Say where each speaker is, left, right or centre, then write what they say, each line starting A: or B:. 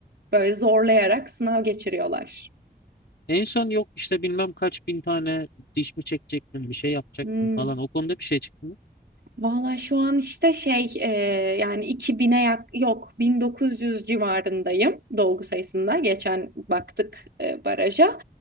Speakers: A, on the right (about 80°); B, on the left (about 80°).
A: böyle zorlayarak sınav geçiriyorlar.
B: En son yok işte bilmem kaç bin tane diş mi çekecektin, bir şey yapacaktın
A: Hmm.
B: falan. O konuda bir şey çıktı mı?
A: Valla şu an işte şey e, yani 2000'e yak yok 1900 civarındayım dolgu sayısında. Geçen baktık e, baraja.